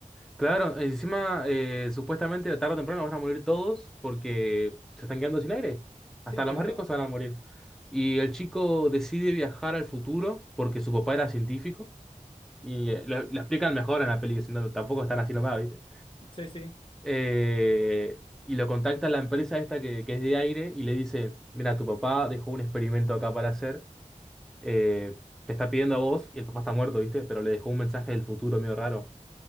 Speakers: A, in the centre; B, on the left.
A: Claro, encima eh, supuestamente tarde o temprano van a morir todos porque se están quedando sin aire.
B: Sí,
A: Hasta
B: claro.
A: los más ricos van a morir. Y el chico decide viajar al futuro porque su papá era científico y eh, lo, lo explican mejor en la peli, si no, tampoco están así nomás, ¿viste?
B: Sí, sí.
A: Eh, y lo contacta la empresa esta que, que es de aire y le dice, mira, tu papá dejó un experimento acá para hacer, eh, te está pidiendo a vos y el papá está muerto, ¿viste? Pero le dejó un mensaje del futuro medio raro.